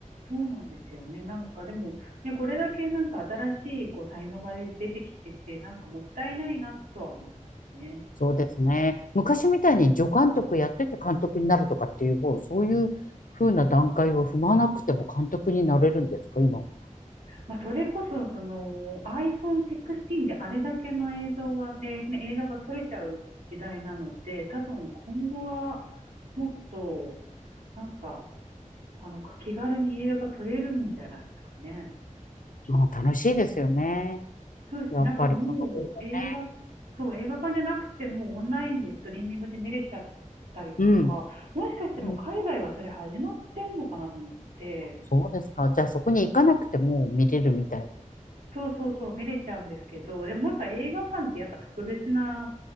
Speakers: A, on the right; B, on the left.
A: そうなんですよね。なんかでも、ね、これだけなんか新しいこう才能がね出てきてて、なんかもったいないなとは思いますね。
B: そうですね。昔みたいに助監督やってて監督になるとかっていう、もうそういう風な段階を踏まなくても監督になれるんですか、今。
A: まあ、それこそ、その iPhone16 であれだけの映像が、えーね、映画が撮れちゃう時代なので、多分今後はもっと、なんか、あの、気軽に映画が撮れるんじゃないですかね。
B: まあ、楽しいですよね。
A: そうですね。
B: やっぱりその方がね。
A: なんかもう映画、そう、映画館じゃなくてもうオンラインでストリーミングで見れちゃったりとか、
B: うん。
A: もしかしたらもう海外はそれ始まってんのかなと思って、
B: うんそうですか。じゃあそこに行かなくても見れるみたいな。
A: そうそうそう、見れちゃうんですけど、でもなんか映画館ってやっぱ特別な